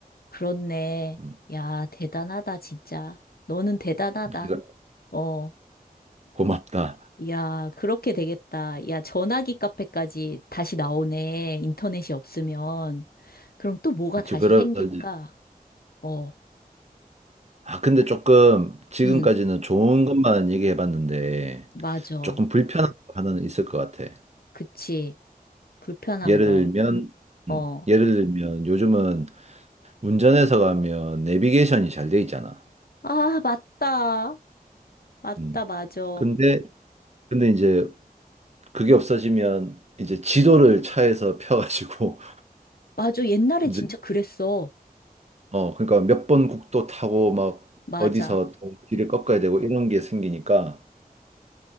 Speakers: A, on the left (about 75°); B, on the right (about 45°).
A: 그렇네.
B: 음,
A: 야, 대단하다, 진짜. 너는 대단하다.
B: 그러니까
A: 어,
B: 고맙다.
A: 야, 그렇게 되겠다. 야, 전화기 카페까지 다시 나오네. 인터넷이 없으면. 그럼 또 뭐가
B: 그렇지.
A: 다시
B: 그래서
A: 생길까?
B: 이제
A: 어,
B: 아 근데 조금 지금까지는
A: 응,
B: 좋은 것만 얘기해 봤는데
A: 맞아.
B: 조금 불편한 거 하나는 있을 것 같아.
A: 그치. 불편한
B: 예를
A: 거.
B: 들면
A: 어.
B: 음, 예를 들면 요즘은 운전해서 가면 내비게이션이 잘 돼 있잖아.
A: 아, 맞다. 맞다,
B: 음.
A: 맞아.
B: 근데 근데 이제 그게 없어지면 이제 지도를 차에서 펴가지고
A: 맞아. 옛날에
B: <laughs> 이제
A: 진짜 그랬어.
B: 어, 그러니까 몇 번 국도 타고 막
A: 맞아.
B: 어디서 또 길을 꺾어야 되고 이런 게 생기니까